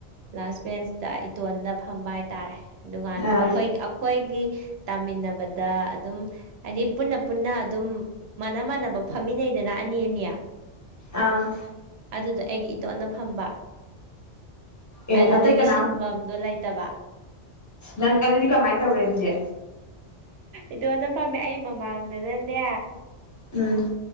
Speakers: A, on the right (about 70°); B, on the left (about 15°).
A: ꯂꯥꯁ ꯕꯦꯟꯁꯇ ꯏꯇꯣꯟꯗ ꯐꯝꯕ ꯍꯥꯏꯇꯥꯔꯦ ꯑꯗꯨꯀꯥꯟꯗ
B: ꯑꯥ
A: ꯑꯩꯈꯣꯏ ꯑꯩꯈꯣꯏꯒꯤ ꯇꯥꯃꯤꯟꯅꯕꯗ ꯑꯗꯨꯝ ꯍꯥꯏꯗꯤ ꯄꯨꯟꯅ ꯄꯨꯟꯅ ꯑꯗꯨꯝ ꯃꯥꯟꯅ ꯃꯥꯟꯅꯕ ꯐꯝꯃꯤꯟꯅꯩꯗꯅ ꯑꯅꯤ ꯑꯅꯤ
B: ꯑꯥ
A: ꯑꯗꯨꯗ ꯑꯩꯗꯤ ꯏꯇꯣꯠꯅ ꯐꯝꯕ
B: ꯑꯦ
A: ꯑꯗꯨꯗꯒꯤ
B: ꯑꯇꯩ ꯀꯅꯥ
A: ꯁꯤꯟꯕꯝꯗꯣ ꯂꯩꯇꯕ
B: ꯅꯪ ꯑꯗꯨꯗꯤ ꯀꯃꯥꯏꯅ ꯇꯧꯔꯦ ꯑꯗꯨꯗꯤ
A: ꯏꯇꯣꯟꯅ ꯐꯝꯃꯦ ꯑꯩ ꯃꯃꯥꯡꯗꯅꯅꯦ
B: ꯎꯝ